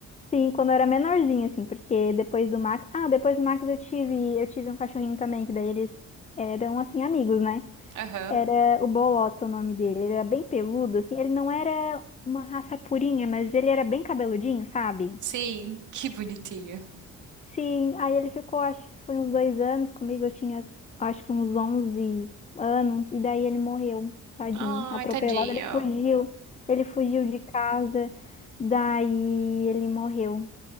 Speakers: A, on the left (about 25°); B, on the right (about 75°).
A: sim, quando eu era menorzinha, assim, porque depois do Max. Ah, depois do Max eu tive, eu tive um cachorrinho também, que daí eles eram, assim, amigos, né?
B: Aham.
A: Era o Bolota o nome dele. Ele era bem peludo, assim. Ele não era uma raça purinha, mas ele era bem cabeludinho, sabe?
B: Sim, que bonitinho.
A: Sim, aí ele ficou, acho que foi uns dois anos comigo, eu tinha, acho que uns onze anos, e daí ele morreu, tadinho,
B: Ai,
A: atropelado,
B: tadinho.
A: ele fugiu, ele fugiu de casa, daí ele morreu.